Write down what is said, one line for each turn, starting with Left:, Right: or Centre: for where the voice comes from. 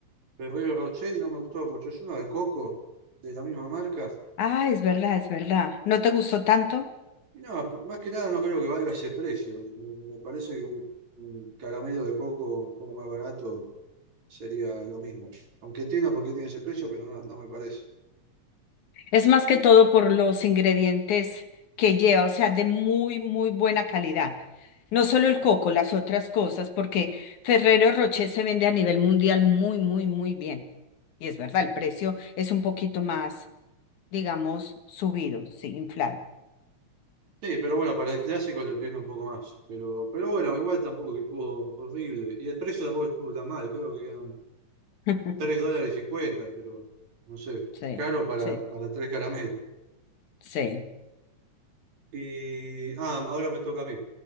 Right: Ferrero Rocher y no me gustó mucho. Es uno de coco, de la misma marca
Left: Ah, es verdad, es verdad. ¿No te gustó tanto?
Right: Y nada, por- más que nada no creo que valga ese precio. Me parece que un, un caramelo de coco un poco más barato sería lo mismo. Aunque entiendo por qué tiene ese precio, pero no, no me parece.
Left: Es más que todo por los ingredientes que lleva, o sea, de muy, muy buena calidad. No solo el coco, las otras cosas, porque Ferrero Rocher se vende a nivel mundial muy, muy, muy bien. Y es verdad, el precio es un poquito más, digamos, subido, sí, inflado.
Right: Sí, pero bueno, para el clásico lo entiendo un poco más. Pero, pero bueno, igual tampoco que estuvo horrible. Y el precio tampoco estuvo tan mal, creo que eran
Left: <laughs>
Right: 3 dólares cincuenta pero no sé,
Left: Sí,
Right: caro para,
Left: sí,
Right: para tres caramelos.
Left: sí.
Right: Y, ah, ahora me toca a mí.